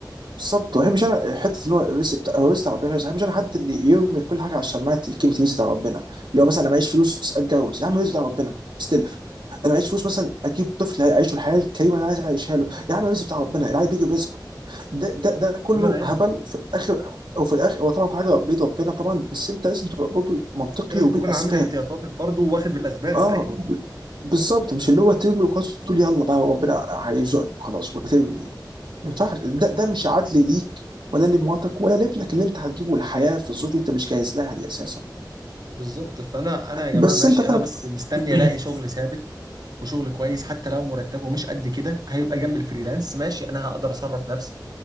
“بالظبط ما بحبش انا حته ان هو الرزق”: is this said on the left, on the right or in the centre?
Right